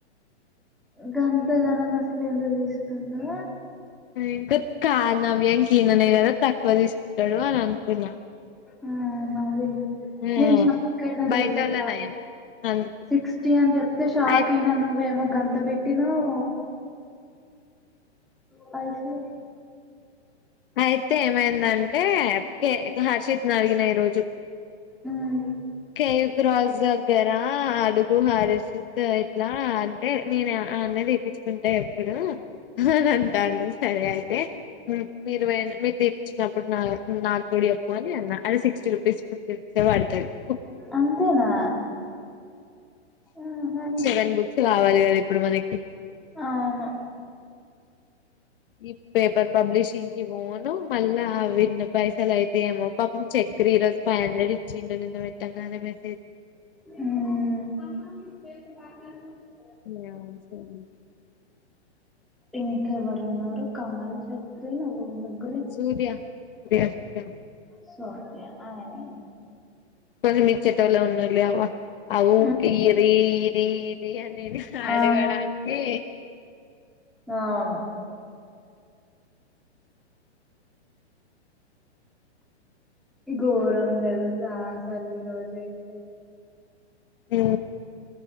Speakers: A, in the centre; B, on the left.
A: గంతగనం అసలు ఎందుకు తీసుకుందో
B: ఇంకా కానవ్యాంక ఈననే కదా తక్కువ తీసుకుంటాడు అని అనుకున్నా
A: ఆ, మరి
B: ఉ
A: నేను షాక్ అయినా
B: బయటవల్లే
A: తెలుసా
B: నయం అందుకే
A: సిక్స్టీ అని చెప్తే షాక్
B: అయి
A: అయినా నువ్వేమో గంత పెట్టినావు పైసల్
B: అయితే ఏమైందంటే కె గా హర్షిత్ అడిగినా ఈ రోజు
A: ఉమ్,
B: కేయూ క్రాస్ దగ్గరా అడుగు హారస్ జిత్ ఇట్లా అంటే నేను ఆ అన్న తీప్పించుకుంటే ఎప్పుడు అని అంటాండు సరే అయితే మీరు పో మీరు దీపించినప్పుడు నా గూడ అప్పు అని అన్న అని సిక్స్టీ రూపీస్ ఇస్తే వాడుతయి ఉ
A: అంతేనా ఆహా,
B: సెవెన్ బుక్స్ కావాలి ఇప్పుడు మనకి
A: అవును
B: ఈ పేపర్ పబ్లిషింగ్కిి పోఓను మళ్ళా అవిన్న పైసల అయి తే మో పాపం చెెక్ రీ ఈరోజ ఫైవ్ హండ్రెడ్ ఇచ్చిండు నిన్న పెట్టంగానే పెట్టు
A: ఉ
B: ఆ సర్లే
A: ఇంకెవరు ఉన్నారు కమల్ చక్రి నువ్వు ముగు
B: సూర్య సూర్య సూర్య
A: సోకే అ వు
B: కొ మచ్చటల ఉన్నాాలి అవ అఊకి
A: ఉమ్,
B: ఇరి ఇరి ఇరి అన్ నేను అడగడానికి
A: ఆ, అవును ఇ గోరం తెలుసా అసలు రోజ అయితే
B: ఉ